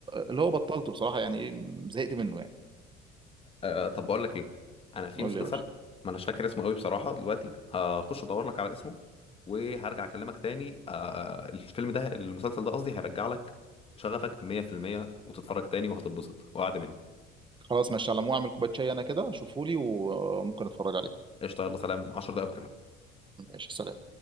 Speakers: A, on the right; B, on the left.
A: اللي هو بطلته بصراحه يعني ايه زهقت منه يعني
B: آه طب بقول لك ايه انا في
A: قول
B: مسلسل
A: لي يا باشا
B: ما اناش فاكر اسمه قوي بصراحه دلوقتي هخش ادور لك على اسمه وهرجع اكلمك تاني آه الفيلم ده المسلسل ده قصدي هيرجع لك شغفك 100% وتتفرج تاني وهتتبسط وقعد مني
A: خلاص ماشي على مو اعمل كوبايه شاي انا كده شوفولي وممكن اتفرج عليه
B: قشطه يلا سلام 10 دقايق وأكلمك.
A: ماشي سلام